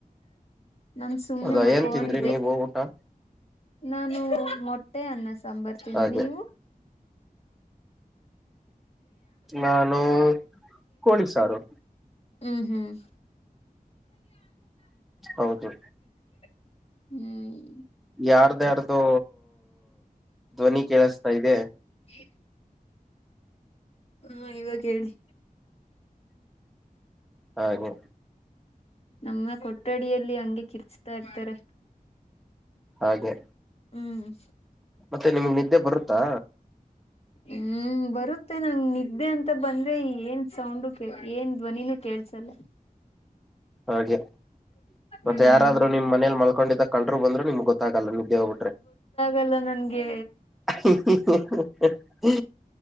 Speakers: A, on the left (about 45°); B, in the centre.
A: ನಾನ್ ಸುಮ್ನೆ
B: ಹೌದಾ
A: ಮಕೊಂಡಿದ್ದೆ
B: ಏನ್ ತಿಂದ್ರಿ ನೀವು ಊಟಾ.
A: ನಾನು ಮೊಟ್ಟೆ ಅನ್ನ ಸಾಂಬರ್ ತಿಂದೆ
B: ಹಾಗೆ
A: ನೀವು
B: ನಾನು ಕೋಳಿ ಸಾರು.
A: ಹ್ಮ್ ಹ್ಮ್
B: ಹೌದು
A: <unintelligible> ಹ್ಮ್
B: ಯಾರ್ದ್ಯಾರ್ದು ಧ್ವನಿ ಕೇಳಸ್ತಾ ಇದೆ.
A: ಇ ಹ್ಮ ಇವಾಗ ಹೇಳಿ.
B: ಹಾಗೆ.
A: ನಮ್ಮ ಕೊಠಡಿಯಲ್ಲಿ ಹಂಗೆ ಕಿರ್ಚ್ತಾ ಇರ್ತಾರೆ.
B: ಹಾಗೆ.
A: ಹ್ಮ್.
B: ಮತ್ತೆ ನಿಮ್ಗ್ ನಿದ್ದೆ ಬರುತ್ತಾ.
A: ಹ್ಮ್ ಬರುತ್ತೆ ನಂಗ್ ನಿದ್ದೆ ಅಂತ ಬಂದ್ರೆ ಏನ್ ಸೌಂಡು ಕೆ ಏನ್ ಧ್ವನಿನೂ ಕೇಳ್ಸಲ್ಲ. <inaudible>
B: ಹಾಗೆ. ಮತ್ತೆ
A: ಹ್ಮ್
B: ಯಾರಾದ್ರು ನಿಮ್ ಮನೇಲ್ ಮಲ್ಕೊಂಡಿದ ಕಲ್ರು ಬಂದ್ರು ನಿಮ್ಗ್ ಗೊತ್ತಾಗಲ್ಲ ನಿದ್ದೆ ಹೋಗ್ಬಿಟ್ರೆ.
A: ಅಲ್ಲ ನಂಗೆ.
B: ಹ್ ಹ್ ಹ್ ಹ್